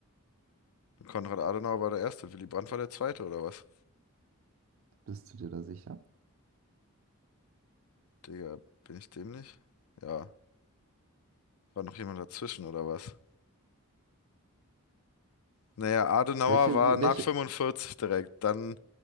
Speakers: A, on the left (about 80°); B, on the right (about 65°).
A: Konrad Adenauer war der Erste, Willy Brandt war der Zweite oder was?
B: Bist du dir da sicher?
A: Digga, bin ich dämlich? Ja, war noch jemand dazwischen oder was? Naja, Adenauer
B: Welche,
A: war
B: wie-
A: nach
B: welche?
A: 45 direkt, dann